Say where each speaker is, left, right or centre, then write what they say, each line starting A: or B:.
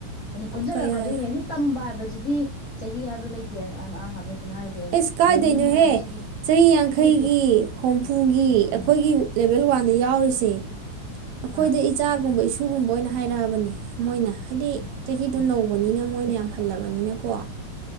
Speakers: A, on the left; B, on the right.
A: ꯑꯗꯨ ꯐꯝꯖꯤꯜꯂꯛꯀꯗꯣꯏꯅꯦ
B: ꯀꯩ ꯍꯥꯏ
A: ꯁꯤ ꯇꯝꯕ ꯍꯥꯏꯕꯁꯤꯗꯤ ꯗꯤ ꯆꯍꯤ ꯍꯥꯏꯕ ꯂꯩꯇꯦ ꯑꯉꯥꯡ ꯍꯥꯏꯕ ꯂꯩꯇꯦꯅ ꯍꯥꯏꯔꯗꯤ
B: ꯑꯦꯁ ꯀꯥꯏꯗꯣꯏꯅꯣꯍꯦ
A: ꯂꯔꯅꯤꯡ ꯍꯥꯏꯕꯁꯤꯗꯤ
B: ꯆꯍꯤ ꯌꯥꯡꯈꯩꯒꯤ
A: ꯀꯔꯤꯝ ꯂꯩꯇꯦ
B: ꯍꯨꯝꯐꯨꯒꯤ
A: ꯎꯝ
B: ꯑꯩꯈꯣꯏꯒꯤ ꯂꯦꯚꯦꯜ ꯋꯥꯟ ꯑ ꯗꯗ ꯌꯥꯎꯔꯤꯁꯦ ꯑꯩꯈꯣꯏꯗ
A: ꯑꯥ
B: ꯏꯆꯥꯒꯨꯝꯕ ꯏꯁꯨꯒꯨꯝꯕ ꯑꯣꯏꯅ ꯍꯥꯌꯔꯕꯅꯦ ꯍꯥꯌꯅꯥ ꯀꯧꯏ꯫ ꯃꯣꯏꯅ ꯍꯥꯏꯗꯤ
A: ꯎꯝ
B: ꯆꯍꯤꯗꯣ
A: ꯎꯝ
B: ꯅꯧꯕꯅꯤꯅ ꯃꯣꯏꯅ ꯌꯥꯝ ꯍꯜꯂꯕꯥꯅꯤꯅꯥ ꯀꯣ꯫